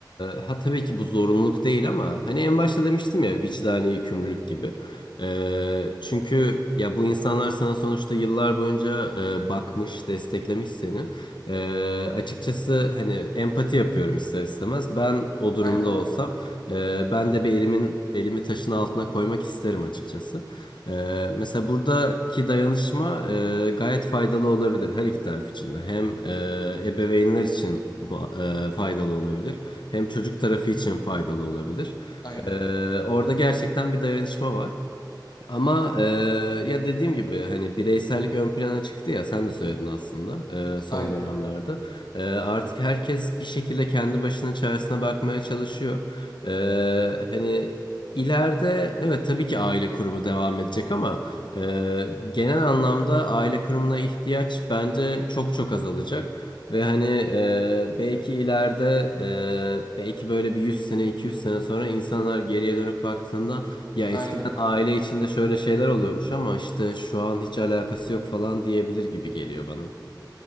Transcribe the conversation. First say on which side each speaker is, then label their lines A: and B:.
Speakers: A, on the left; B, on the left.
A: Ee, ha tabii ki bu zorunluluk değil ama hani en başta demiştim ya vicdani yükümlülük gibi. Ee, çünkü ya bu insanlar sana sonuçta yıllar boyunca e, bakmış, desteklemiş seni. Ee, açıkçası hani empati yapıyorum ister istemez. Ben o durumda
B: Aynen.
A: olsam. Ee, ben de bir elimin elimi taşın altına koymak isterim açıkçası. Ee, mesela buradaki dayanışma e, gayet faydalı olabilir her iki taraf için de. Hem e, ebeveynler için bu, e, faydalı olabilir, hem çocuk tarafı için faydalı olabilir.
B: Aynen.
A: Ee, orada gerçekten bir dayanışma var. Ama e, ya dediğim gibi hani bireysellik ön plana çıktı ya sen de söyledin aslında e, son
B: Aynen.
A: dönemlerde. E, artık herkes bir şekilde kendi başının çaresine bakmaya çalışıyor. E, hani ileride evet tabii ki aile kurumu devam edecek ama e, genel anlamda aile kurumuna ihtiyaç bence çok çok azalacak. Ve hani e, belki ileride e, belki böyle bir 100 sene 200 sene sonra insanlar geriye dönüp baktığında ya
B: Aynen.
A: eskiden aile içinde şöyle şeyler oluyormuş ama işte şu an hiç alakası yok falan diyebilir gibi geliyor bana.